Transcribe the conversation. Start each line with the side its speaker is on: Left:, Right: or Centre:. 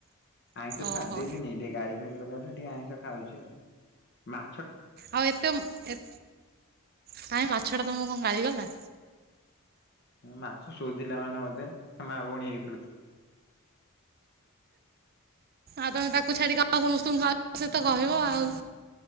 Left: ଆଇଁଷ
Right: ଓହୋ
Left: ଛାଡି ଦେଇଥିନି ଟିକେ ଗାଳି ଫାଳି କଲାରୁ ଟିକେ ଆଇଁଷ ଖାଉଛି ଆଉ ମା
Right: ଆଉ ଏତେ ମ ଏ କାଇଁ ମାଛଟା ତମକୁ କଣ ଗାଳିକଲା?
Left: ମାଛ ଶୋଧିଲା ମାନେ ମତେ ମା ଭଉଣୀ ଏଇ
Right: ଆଉ ତମେ ତାକୁ ଛାଡ଼ିକି ଆଉ ସମସ୍ତଙ୍କୁ ଖା ସେ ତ କହିବ ଆଉ।